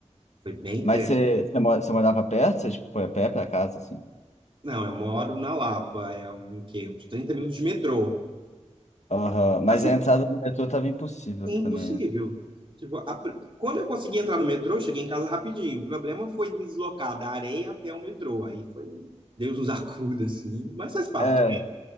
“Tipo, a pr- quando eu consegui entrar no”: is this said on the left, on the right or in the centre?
Right